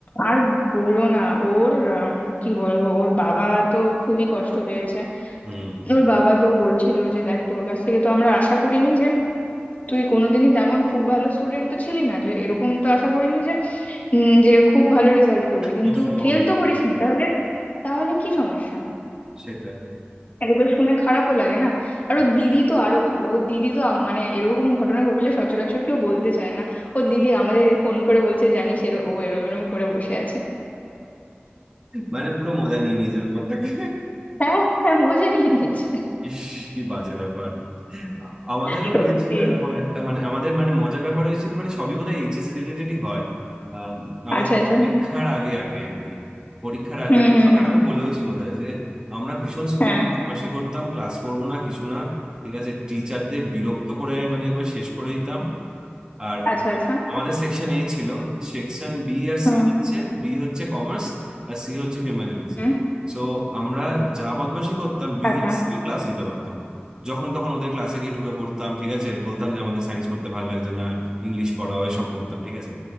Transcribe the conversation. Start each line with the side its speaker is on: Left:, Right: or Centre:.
Left: আর বলো না ওর উম, কি বলবো ওর বাবা তো খুবই কষ্ট পেয়েছে
Right: হুম
Left: ওর বাবা তো বলছিল যে দেখ তোর কাছ থেকে তো আমরা আশা করিনি যে তুই কোনোদিনই তেমন খুব ভালো স্টুডেন্ট তো ছিলি না যে এরকম তো আশা করিনি যে উম, যে খুব ভালো রেজাল্ট করবি
Right: প্রচুর
Left: কিন্তু
Right: নম্বর
Left: ফেল তো
Right: পাবে।
Left: করিসনি তাহলে তাহলে কি সমস্যা
Right: সেটাই <laughs>
Left: এগুলো শুনে খারাপও লাগে না আর
Right: হুম।
Left: ওর দিদি তো আরো ভালো ওর দিদি তো আম- মানে এরকম ঘটনা ঘটলে সচরাচর কেউ বলতে চায় না ওর দিদি আমাদের এ ফোন করে বলছে জানিস এর ও এরম এরম করে বসে আছে
Right: মানে পুরো মজা নিয়ে নিয়েছে ব্যাপারটাকে
Left: হ্যাঁ হ্যাঁ মজা নিয়ে নিয়েছে
Right: ইস কি বাজে ব্যাপার আ- আমাদেরও
Left: সত্যি
Right: হয়েছিল এরকম একটা মানে আমাদের মানে মজার ব্যাপার হয়েছিল মানে সবই বোধহয় এইচএস রিলেটেডই হয় আম, আমাদের
Left: আচ্ছা আচ্ছা
Right: পরীক্ষার আগে আগে আর কি পরীক্ষার আগে
Left: হুম
Right: আগে-
Left: হুম
Right: তোমাকে
Left: হুম
Right: আগে বলেওছি বোধহয় যে আমরা ভীষণ স্কুলে
Left: হ্যাঁ
Right: বদমাশি করতাম ক্লাস করবো না কিছু না ঠিক আছে টিচারদের বিরক্ত করে মানে একবার শেষ করে দিতাম আর
Left: আচ্ছা আচ্ছা
Right: আমাদের সেকশন এ ছিল সেকশন বি আর
Left: হুম
Right: সি হচ্ছে বি হচ্ছে কমার্স আর সি হচ্ছে হিউম্যানিটিজ
Left: হুম
Right: সো আমরা যা বদমাশি করতাম বি
Left: আচ্ছা
Right: আর সিও ক্লাস নিতে পারতাম না। যখন তখন ওদের ক্লাসে গিয়ে ঢুকে পড়তাম ঠিক আছে বলতাম যে আমাদের সায়েন্স পড়তে ভালো লাগছে না ইংলিশ পড়াও এসব করতাম ঠিক আছে